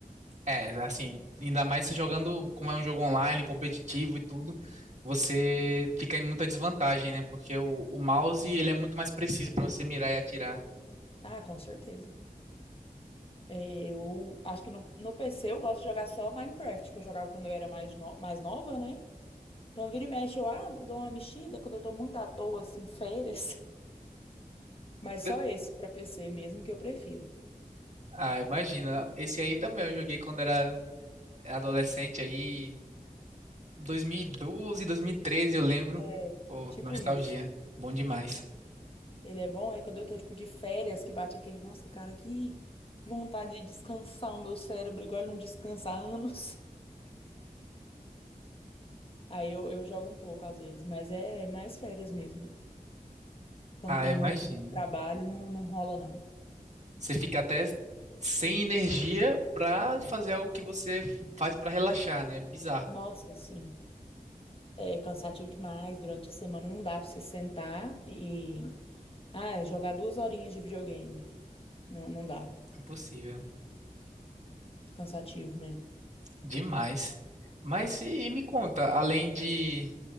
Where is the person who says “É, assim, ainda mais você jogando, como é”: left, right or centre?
Right